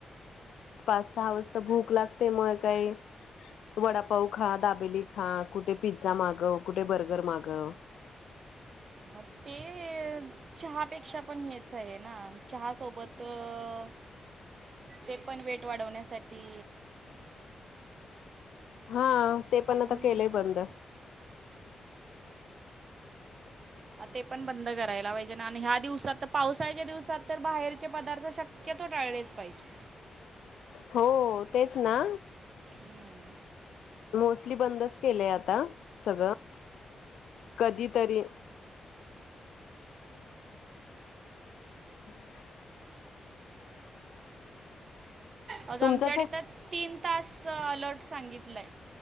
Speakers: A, on the left; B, on the right.
A: पाच, सहा वाजता भूक लागते. म काही वडापाऊ खा. दाबेली खा. कुठे पिझ्झा मागंव. कुठे बर्गर मागंव.
B: म ते चहापेक्षा पण हेच आहे ना. चहा सोबत अ ते पण वेट वाढवण्यासाठी,
A: हा ते पण
B: हम्म,
A: आता केलंय बंद.
B: ते पण बंद करायला पाहिजे ना. आणि ह्या दिवसात त. पावसाळच्या दिवसात त. बाहेरचे पदार्थ शक्य तो टाळलेच पाहिजे.
A: हो. तेच ना.
B: हम्म.
A: मोस्टली बंदच केलंय. आता सगळं. कधीतरी. हम् <unintelligible>
B: आज
A: तुमचाच
B: आमच्याकडे त. तीन तास अलर्ट सांगितलंय.